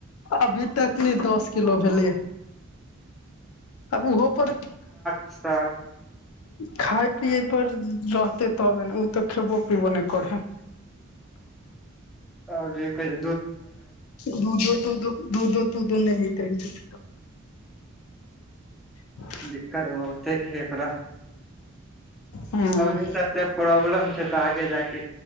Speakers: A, on the left (about 80°); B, in the centre.
A: अभी तकनै दस किलो भेलैय अब उहो पर
B: स <unintelligible>
A: खाय पियए पर रहतै तबे न उ तऽ खेबो पीवो नै करै है
B: आ जे क <unintelligible>
A: दूधो तूदो दूधो दूधो तूदो नै हैत रहै छै ह <inaudible>
B: दिक्कत बहुते खे एकड़ा
A: हूँ।
B: अभी स एते प्रॉब्लम छै तऽ आगे जाके